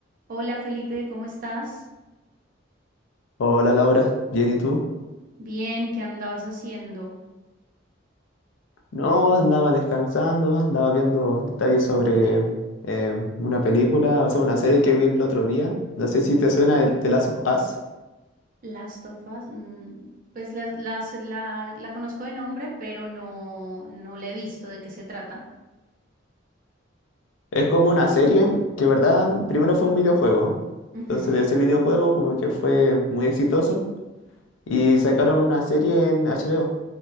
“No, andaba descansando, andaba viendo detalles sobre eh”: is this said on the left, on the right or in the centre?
Left